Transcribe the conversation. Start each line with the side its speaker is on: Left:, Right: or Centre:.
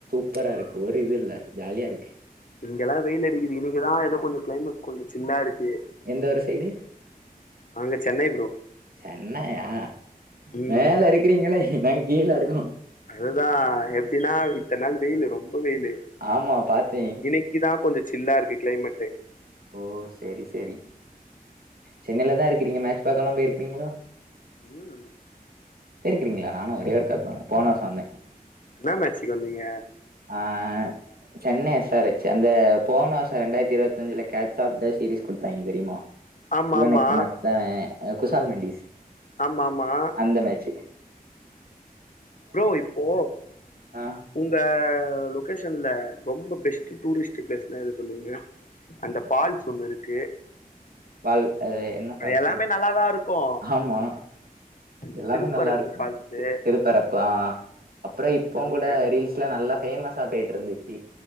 Right: ப்பரா இருக்கு ஒரு இது இல்ல ஜாலியா இருக்கு
Left: இங்கல்லா வெயில் அடிக்கிது இன்னைக்குதா ஏதோ கொஞ்சோ கிளைமேட் கொஞ்சோ சில்லா இருக்கு
Right: எந்த ஒரு சைடு
Left: நாங்க சென்னை ப்ரோ
Right: சென்னையா
Left: ம்
Right: மேல இருக்கிறீங்களே நாங்க கீழ இருக்கோ
Left: அதுதா எப்டின்னா இத்தன நாள் வெயில்லு ரொம்ப வெயில்லு
Right: ஆமா பாத்தே
Left: இன்னை இதா கொஞ்ச சில்லா இருக்கு கிளைமேட்டு
Right: ஓ செரி செரி சென்னைலதா இருக்கறீங்க மேட்ச் பாக்கெல்லா போயிருக்கீங்ளா
Left: ம்
Right: போயிருக்கிறீங்ளா நானு ஒரே ஒருக்கா போன போன வருஷோ வந்த
Left: என்னா மேச்சுக்கு வந்தீங்க
Right: ஆ சென்னை எஸ் ஆர் ஹெச் அந்த போன வருஷோ ரெண்டாயிரத்தி இருவத்தஞ்சில கேட்ச் ஆப் த சீரீஸ் குடுத்தாங்க தெரிமா
Left: ஆமா
Right: இவனுக்கு
Left: ஆமா
Right: மத்தவ குஷால் மண்டீஸ்
Left: ஆமாமா
Right: அந்த மேச்சு
Left: ப்ரோ இப்போ
Right: ஆ
Left: உங்க லொகேஷன்ல ரொம்ப பெஸ்ட் டூரிஸ்ட் பிளேஸ்னா எது சொல்லுவீங்க அந்த ஃபால்ஸ் ஒண்ணு இருக்கு
Right: ஃபால் அது என்ன ஃபால்ஸ்சு
Left: அது எல்லாமே நல்லாதா இருக்கு
Right: ஆமா
Left: அந்த
Right: எல்லாமே
Left: திருப்பரப்பு
Right: நல்லாருக்கு
Left: ஃபால்ஸு
Right: திருப்பர பா அப்றோ இப்பங்
Left: அங்க
Right: கூட ரீல்ஸ்ல நல்லா ஃபேமஸ்ஸா போயிட்டு இருந்துச்சு